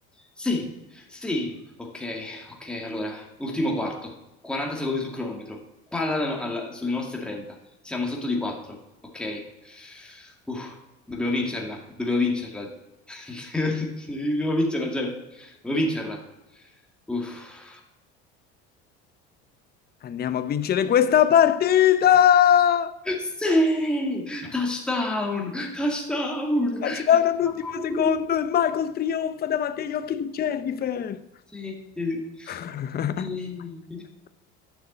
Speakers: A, in the centre; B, on the left.
A: Sì, sì. Ok, ok, allora, ultimo quarto. 40 secondi sul cronometro. Palla alla no- alla- sulle nostre 30. Siamo sotto di 4. Ok. Uff, dobbiamo vincerla, dobbiamo vincerla. <laughs> Dobbiamo vincerla, Jeff. Dobbiamo vincerla. Uff.
B: Andiamo a vincere questa partita!
A: Sì! Touchdown! Touchdown!
B: E ci danno
A: Touchdown!
B: all'ultimo secondo e Michael trionfa davanti agli occhi di Jennifer.
A: Sì, sì,
B: <laughs>
A: sì.